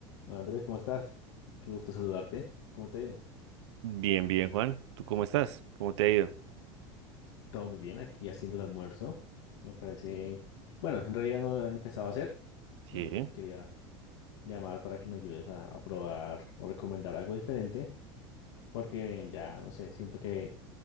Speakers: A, on the left; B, on the right.
A: Hola Andrés, ¿cómo estás? Qué gusto saludarte. ¿Cómo te ha ido?
B: Bien, bien, Juan. ¿Tú cómo estás? ¿Cómo te ha ido?
A: Todo muy bien, aquí haciendo el almuerzo. Me parece, bueno, en realidad no lo he empezado a hacer.
B: Sí.
A: Eh, te quería llamar para que me ayudes a, a probar o recomendar algo diferente, porque ya, no sé, siento que